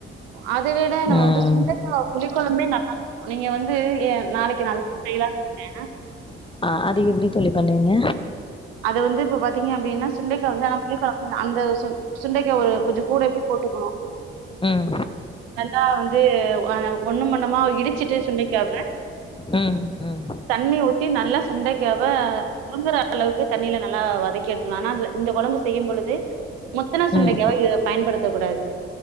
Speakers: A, on the right (about 80°); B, on the left (about 15°).
A: அதுவு‌தா நம்ம
B: ம்
A: வந்து சுண்டக்கா புளிக்கொழம்பே நல்லாருக்கு நீங்க வந்து ஏ நாளைக்கி நா அதுதா செயலான்றுக்கே
B: ஆ அது எப்டி தோழி பண்ணுவீங்க
A: அத வந்து இப்ப பாத்தீங்க அப்டின்னா சுண்டைக்காய வந்து ஆனா புளி கொழம்புதா அந்த சுண் சுண்டைக்கா ஒரு கொஞ்சோ கூடவே போட்டுக்கணு
B: ம்
A: நல்லா து அ ஒண்ணு பெண்ணுமா இடிச்சுட்டு சுண்டைக்காவ
B: ம் ம்
A: அது தண்ணி ஊற்றி நல்லா சுண்டைக்காவ சுருங்கற தண்ணியில நல்லா வதக்கி எடுத்துக்குனு ஆனா இந்த கொழம்பு செய்யும் பொழுது முத்தனா சுண்டைக்காவ
B: ம்
A: எ பயன்படுத்த இருக்கக்கூடாது